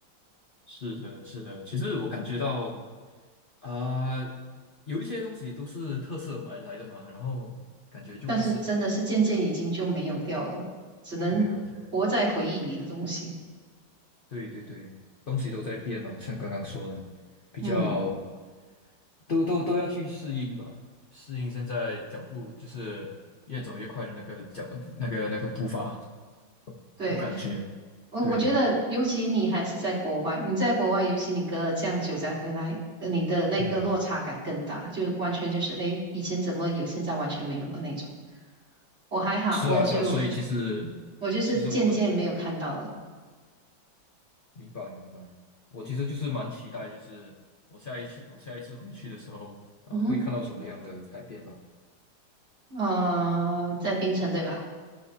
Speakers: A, on the left; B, on the right.
A: 是的，是的，其实我感觉到啊、有一些东西都是特色买来的嘛，然后感觉就不是，
B: 但是真的是渐渐已经就没有掉了，只能活在回忆里的东西。
A: 对啊，对啊，对对对，东西都在变嘛，像刚刚说的，比较
B: 嗯，
A: 都都都要去适应吧，适应现在脚步就是越走越快的那个脚那个那个步伐，
B: 对，
A: 我感觉
B: 我我觉得，
A: 对，
B: 尤其你还是在国外，你在国外，尤其你隔了这样久再回来，呃你的那个落差感更大，
A: 嗯。
B: 就完全就是，哎，以前怎么有，现在完全没有了那种。我还好，
A: 是啊，
B: 我就
A: 是啊，所以其实
B: 我就是渐渐没有看到了。
A: 其实我很明白明白，我其实就是蛮期待，就是我下一次我下一次回去的时候啊，
B: 嗯，
A: 会看到什么样的改变吧。
B: 呃，在槟城对吧？